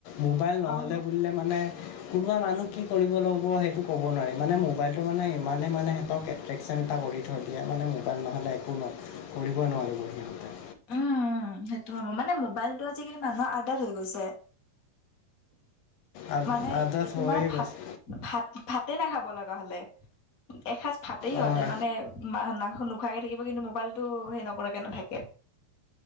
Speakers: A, on the left; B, on the left.
A: মোবাইল নহ'লে
B: অ', উম,
A: বুলিলে। মানে কোনোবা মানুহ কি কৰিব ল'ব সেইটো ক'ব নোৱাৰি মানে মোবাইলটো মানে মানে মানে সিহঁতক এট্ৰেকশ্যন এটা কৰি থৈ দিয়ে মানে মোবাইল নহ'লে একো ন কৰিবই নোৱাৰিব সিহঁতে।
B: উম সেইটো হ মানে মোবাইলটো আজিকালি মানুহৰ আডত হৈ গৈছে।
A: আদ-
B: মানে
A: আদত
B: এই তোমাৰ
A: হৈয়ে
B: ভাত।
A: গৈছে
B: ভাত ভাতেই নাখাব লগা হ'লে এসাঁজ ভাতেই সিহঁতে
A: অঁ
B: মানে মাংস নোখোৱাকে থাকিব কিন্তু মোবাইলটো সেৰি নকৰাকে নাথাকে।